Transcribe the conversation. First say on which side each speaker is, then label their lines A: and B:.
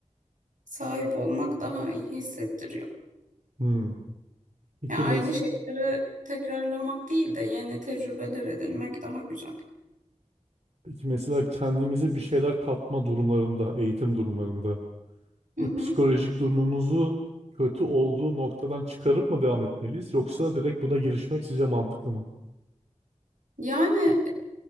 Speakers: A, on the right (about 90°); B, on the right (about 55°).
A: sahip olmak daha iyi hissettiriyor.
B: Hmm. Peki,
A: Yani
B: mes
A: aynı şeyleri tekrarlamak değil de yeni tecrübeler edinmek daha güzel.
B: Peki mesela kendimize bir şeyler katma durumlarında, eğitim durumlarında
A: <laughs>
B: bu psikolojik durumumuzu kötü olduğu noktadan çıkarıp mı devam etmeliyiz? Yoksa direkt buna girişmek sizce mantıklı mı?
A: Yani